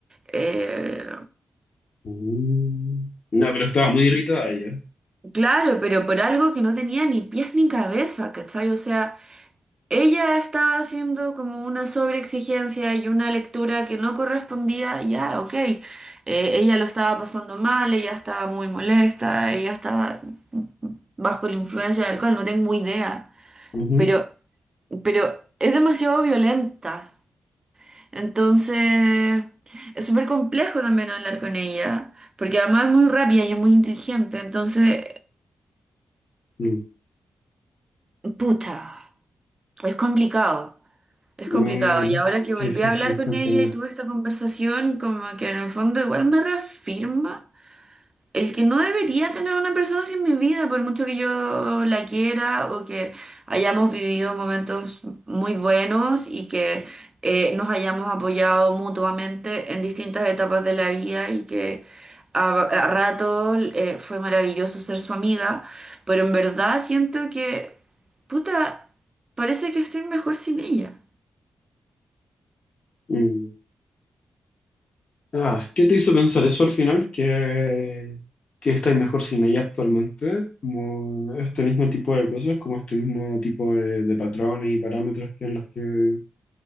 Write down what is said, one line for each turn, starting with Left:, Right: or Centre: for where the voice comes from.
Right: Eh,
Left: Mm. No, pero estaba muy irritada ella.
Right: Claro, pero por algo que no tenía ni pies ni cabeza, ¿cachai? O sea, ella estaba haciendo como una sobreexigencia y una lectura que no correspondía, ya, ok. Eh, ella lo estaba pasando mal, ella estaba muy molesta, ella estaba bajo la influencia del alcohol, no tengo idea.
Left: Ujú.
Right: Pero, pero es demasiado violenta. Entonces, es súper complejo también hablar con ella, porque además es muy rápida y es muy inteligente, entonces,
Left: Mm.
Right: pucha. Es complicado, es
Left: Mm,
Right: complicado. Y ahora que
Left: Sí,
Right: volví
Left: sí,
Right: a
Left: sí,
Right: hablar con
Left: entiendo.
Right: ella y tuve esta conversación, como que en el fondo igual me reafirma. El que no debería tener una persona así en mi vida, por mucho que yo la quiera o que hayamos vivido momentos muy buenos y que eh, nos hayamos apoyado mutuamente en distintas etapas de la vida y que a, a rato eh, fue maravilloso ser su amiga, pero en verdad siento que, puta, parece que estoy mejor sin ella.
Left: Mm. Ah, ¿qué te hizo pensar eso al final? Que, que estáis mejor sin ella actualmente, como este mismo tipo de cosas, como este mismo tipo de, de patrones y parámetros que en los que